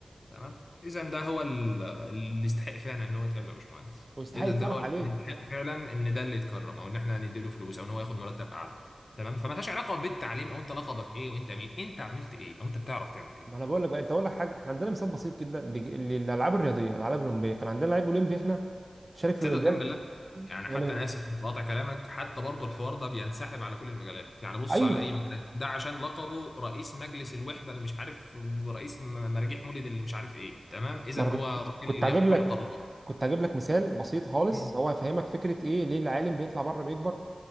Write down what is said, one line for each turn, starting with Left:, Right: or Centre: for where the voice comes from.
Left: تمام اذا ده هو ال- اللي يستحق فعلا ان هو يتقال له يا باشمهندس
Right: ويستحق
Left: اذا
Right: يتصرف
Left: ده هو اللي
Right: عليه
Left: يستحق فعلا ان ده اللي يتكرم او ان احنا نديله فلوس او ان هو ياخد مرتب اعلى تمام فمالهاش علاقه بالتعليم او انت لقبك ايه وانت مين انت عملت ايه او انت بتعرف تعمل ايه
Right: ما انا بقول لك بقى انت اقول لك حاجه احنا عندنا مثال بسيط جدا لج- للالعاب الرياضيه الالعاب الاولمبيه كان عندنا لعيب اولمبي احنا شارك في
Left: تصدق
Right: الاولمبياد
Left: وتأمن بالله يعني
Right: يعني-
Left: حتى انا اسف في قطع كلامك حتى برضه الحوار ده بينسحب على كل المجالات يعني بص
Right: ايوه
Left: على اي مجال ده عشان لقبه رئيس مجلس الوحده اللي مش عارف ورئيس م- مراجيح مولد اللي مش عارف ايه تمام اذا
Right: ما انا
Left: هو
Right: كنت
Left: راجل
Right: كنت
Left: اللي
Right: هجيب
Left: ياخد
Right: لك
Left: كل القرارات
Right: كنت هجيب لك مثال بسيط خالص
Left: مم.
Right: هو هيفهمك فكره ايه ليه العالم بيطلع بره بيكبر